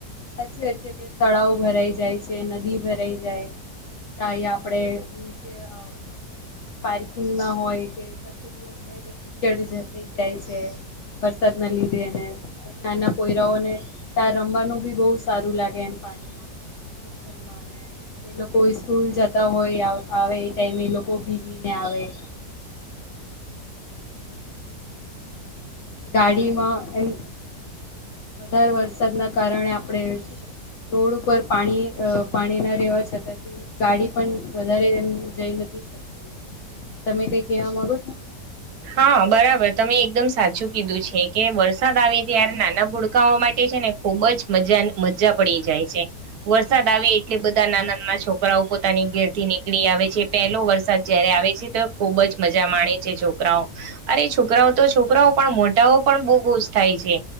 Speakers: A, on the left (about 70°); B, on the right (about 70°).
A: સાચી વાત છે કે તળાવ ભરાઈ જાય છે, નદી ભરાઈ જાય તાઈ આપડે નીચે અ પાર્કિંગ મા હોય કે કસે બી હોય તો પી થઈ જાય છે વરસાદ ના લીધે એને નાના પોયરાઓને તાં રમવાનું બી બહુ સારું લાગે એમ, પાણીમાં. કીચડમાં અને એ લોકો સ્કૂલ જતા હોય, આવે એ ટાઈમે એ લોકો ભીગીને આવે <inaudible> ગાડીમાં, એમ વધારે વરસાદના કારણે આ પડે રોડ ઉપર ઉપર પાણી પાણી ના રહેેવા છતાં ગાડી પણ વધારે એમ જઈ નથી શકતી. તમે કંઈ કેવા માંગો છો?
B: હા, બરાબર. તમે એકદમ સાચું કીધું છે, કે વરસાદ આવે ત્યારે નાના ભુડકાઓ માટે છે ને ખુબ જ મજા, મજા પડી જાય છે. વરસાદ આવે એટલે બધા નાના નાના છોકરાઓ પોતાની ઘેરથી નીકળી આવે છે પહેલો વરસાદ જયારે આવે છે તો ખૂબ જ મજા માણે છે જો છોકરાઓ અરે છોકરાઓ તો છોકરાઓ પણ મોટાઓ પણ બહુ ખુશ થાય છે